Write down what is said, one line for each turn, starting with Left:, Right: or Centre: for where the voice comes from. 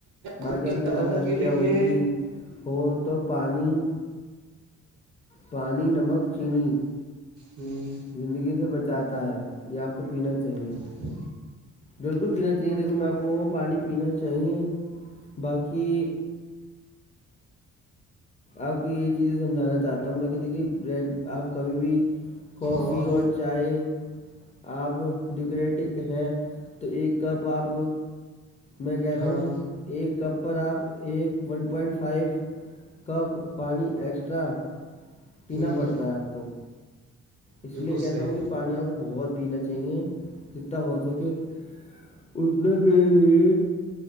Left: باقی
Right: خود یہ
Left: ہم نے
Right: چاہتا
Left: دیکھا
Right: ہوں
Left: دستیاں
Right: کہ دیکھیے
Left: الٹی ہو تو پانی پانی نمک چینی
Right: ہوں
Left: زندگی سے بچاتا ہے یہیا آپ کو پینا چاہیے
Right: ہی
Left: بالکل پینا چاہیے دیکھو میں آپ کو پانی پینا چاہیے باقی آپ کو یہی چیزیں سمجھانا چاہتا ہوں میں کہ دیکھیے آپ کبھی بھی کافی
Right: ہاں
Left: اور چائے آپ ڈیکورٹک ہیں تو ایک کپ آپ میں کہہ رہا
Right: ہ ہاں
Left: ہوں ایک کپ پر آپ ایک ون پوائنٹ فائیو کپ پانی ایکسٹرا پینا
Right: ہ
Left: پڑتا ہے آپ کو اس
Right: بالکل
Left: لیے کہتا
Right: صحیح
Left: ہوں کہ پانی آپ کو بہت پینا چاہیے جتنا ہو سکے اتنا پینا چاہیے